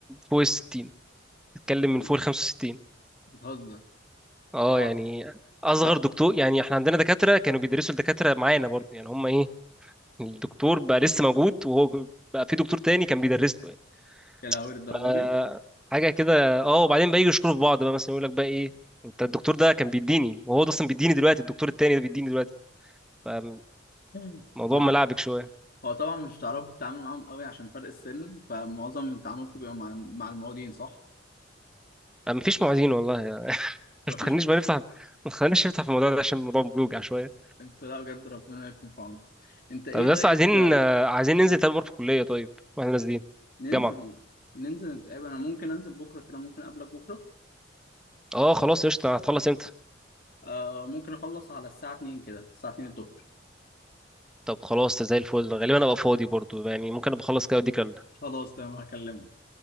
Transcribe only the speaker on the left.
ال-
بتهزر
طبعا
طب
يا لهوي للدرجة
دي
<laughs> مم.
هو ده
هو طبعا مش هتعرفوا تتعامل معاهم قوي عشان فرق السن فمعظم من تعاملكم بيبقى مع مع المواطنين صح
مفيش
م-
انت لا بجد ربنا يكون في عونكم انت ايه
طيب
آه،
ننزل
ننزل نتقابل انا ممكن انزل بكره كده ممكن اقابلك بكره
آه ممكن اخلص على الساعه 2 كده الساعه 2 الظهر
خلاص تمام هكلمك